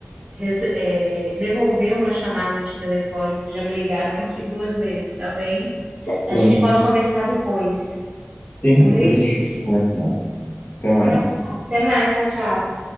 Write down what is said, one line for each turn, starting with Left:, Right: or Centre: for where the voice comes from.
Right: res- é, devolver uma chamada de telefone, que já me ligaram aqui duas vezes, tá bem?
Left: Então,
Right: A gente
Left: né?
Right: pode conversar depois.
Left: Sim,
Right: Um
Left: depois
Right: beijinho.
Left: a gente conversa mais. Até mais.
Right: Então tá, até mais, tchau, tchau.